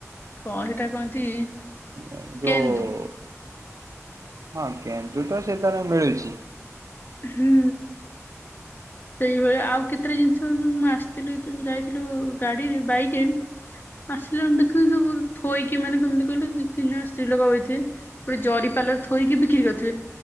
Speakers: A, on the left; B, on the right.
A: କଣ ସେଟା କହନ୍ତି?
B: ଏ ଯୋଉଁ
A: କେନ୍ଦୁ
B: ହଁ କେନ୍ଦୁ ତ ସେଠାର ମିଳିଛି।
A: ହୁଁ। ସେଇଭଳିଆ ଆଉ କେତେଟା ଜିନିଷ ମୁଁ ଆସିଥିଲି ତ ଯାଇଥିଲୁ ଗାଡିରେ ବାଇକ୍ ଆସିଲା ଦେଖିଲୁ ଥୋଇକି ମାନେ କେମିତି କହିଲୁ ଦି ତିନି ଜଣ ସ୍ତ୍ରୀ ଲୋକ ବସିଥିବେ। ଗୋଟେ ଜରି ପାଲରେ ଥୋଇକି ବିକ୍ରି କରୁଥିବେ।